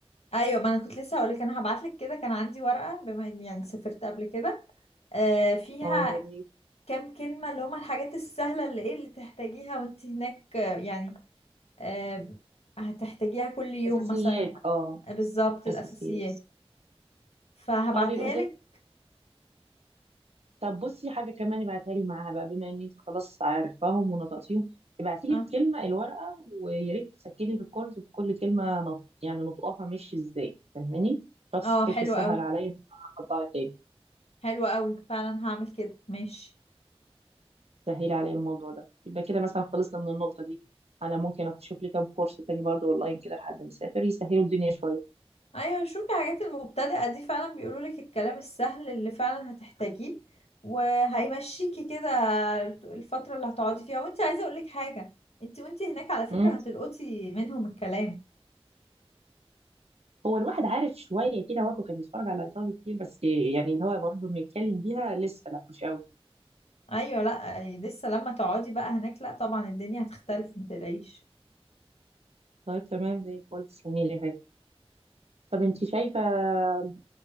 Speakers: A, on the left; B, on the right.
A: ايوه ما انا كنت لسه هقولك انا هبعتلك كده كان عندي ورقة بما اني يعني سافرت قبل كده آه، فيها
B: اه يا ريت
A: كام كلمة اللي هما الحاجات السهلة اللي ايه اللي تحتاجيها وانت هناك آه، يعني آه، هتحتاجيها كل يوم
B: أساسيات
A: مثلا
B: اه
A: آه، بالظبط الأساسيات
B: أساسيات
A: فهبعتها
B: طب يبقى زي
A: لك
B: طب بصي حاجة كمان ابعتها لي معاها بقى بما ان انت خلاص عارفاهم ونطقتيهم ابعتي لي
A: اه
B: الكلمة الورقة ويا ريت تسجلي ريكورد بكل كلمة نط... يعني نطقها ماشي ازاي فاهماني؟ بس
A: اه
B: بحيث
A: حلو
B: يسهل
A: قوي
B: عليا ان انا اطلعها تاني
A: حلو قوي فعلا هعمل كده ماشي
B: سهلي عليا الموضوع ده يبقى كده مثلا خلصنا من النقطة دي على ممكن اشوف لي كام كورس تاني برضه اونلاين كده لحد ما اسافر يسهلوا الدنيا شوية
A: ايوه شوفي الحاجات المبتدئة دي فعلا بيقولوا لك الكلام السهل اللي فعلا هتحتاجيه وهيمشيكي كده الفترة اللي هتقعدي فيها وانت عايزة اقول لك حاجة انت وانت هناك على فكرة
B: امم
A: هتلقطي منهم الكلام
B: هو الواحد عارف شوية كده واجهه كان بيتفرج على ايطالي كتير بس يعني اللي هو برضه بنتكلم بيها لسه لا مش قوي
A: ايوه لا لسه لما تقعدي بقى هناك لا طبعا الدنيا هتختلف ما تلاقيش
B: طيب تمام زي الفل تسلمي لي طب انت شايفة آه،